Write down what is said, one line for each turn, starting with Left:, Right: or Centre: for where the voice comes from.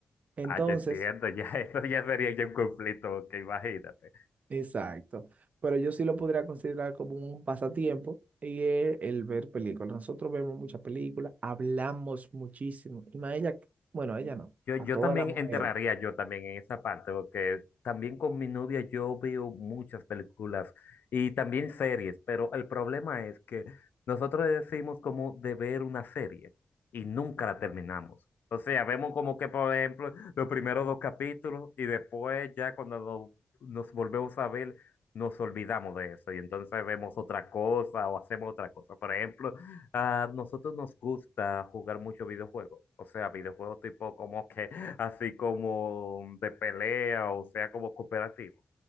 Right: Entonces,
Left: Ah, yo entiendo, ya <laughs> eso ya sería ya un conflicto, que imagínate.
Right: Exacto. Pero yo sí lo podría considerar como un pasatiempo y es el ver películas. Nosotros vemos muchas películas, hablamos muchísimo. Y más ella, bueno, a ella no,
Left: Yo, yo
Right: a toda
Left: también
Right: la mujer.
Left: entraría yo también en esa parte, porque también con mi novia yo veo muchas películas y también series, pero el problema es que nosotros decimos como de ver una serie y nunca la terminamos. O sea, vemos como que, por ejemplo, los primeros dos capítulos y después ya cuando no- nos volvemos a ver, nos olvidamos de eso y entonces vemos otra cosa o hacemos otra cosa. Por ejemplo, A nosotros nos gusta jugar mucho videojuegos, o sea, videojuegos tipo como que <laughs> así como de pelea, o sea, como cooperativo.